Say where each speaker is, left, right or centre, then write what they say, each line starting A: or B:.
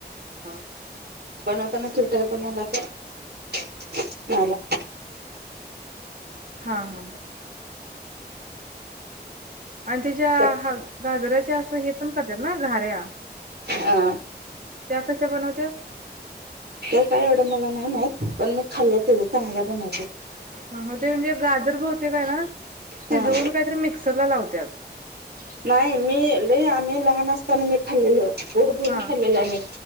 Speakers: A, on the right; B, on the right.
A: हा
B: बनवताना ख पणला तर नाला
A: हा हा आणि त्याच्या
B: त्यात
A: ह गाजराचे असं हे पण करतात ना गऱ्या
B: हा
A: त्या कश्या बनवत्या
B: ते काय एवढं मला नाही माहत पण मी खाल्ल त चांगल्या बनवते
A: ह हो ते म्हणजे गाजर बवते काय ना शिजवून
B: हा
A: काहीतरी मिक्सरला लावते क्यात
B: नाही मी ल आम्ही लहान असताना मी खाल्लेलो बोड भरून
A: हा
B: खाल्लेलं आम्ही